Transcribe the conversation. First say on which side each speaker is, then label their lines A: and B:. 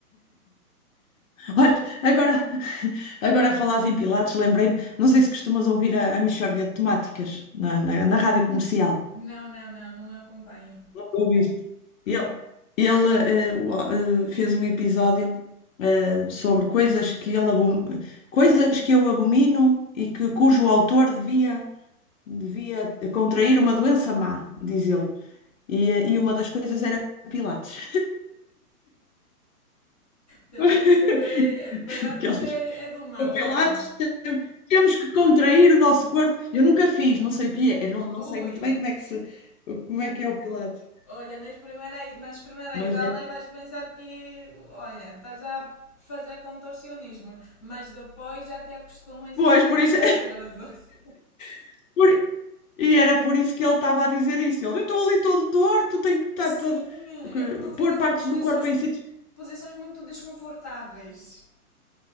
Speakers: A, on the left; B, on the left.
A: Olha, agora, <laughs> agora a falar em Pilates, lembrei-me, não sei se costumas ouvir a, a Mixórdia de Temáticas na, na, na rádio comercial.
B: Não, não, não, não acompanho.
A: Não ouviste? Ele, ele eh, o- eh, fez um episódio eh, sobre coisas que ele abom- coisas que eu abomino e que cujo autor devia, devia contrair uma doença má, diz ele. E,
B: Então,
A: eh, e uma das coisas era Pilates.
B: pilates
A: <laughs>
B: é, é- pilates
A: Que ele
B: é,
A: diz,
B: é do mal,
A: Pilates,
B: olha.
A: temos que contrair o nosso corpo. Eu nunca fiz, não sei o que é, eu não, não
B: Ui,
A: sei muito bem como é que se, como é que é o Pilates,
B: Olha, nas primeiras, nas primeiras
A: mas
B: aulas
A: deve.
B: vais pensar que, olha, estás a fazer contorcionismo, mas depois já te acostumas
A: Pois,
B: e já
A: por
B: é
A: isso,
B: prazeroso.
A: <laughs> por- e era por isso que ele estava a dizer isso. Ele, eu estou ali todo torto, tenho
B: <laughs>
A: que estar
B: Sim,
A: todo, que-
B: é que tu ficas
A: pôr partes
B: em posições,
A: do corpo
B: mu-
A: em sítios.
B: posições muito desconfortáveis.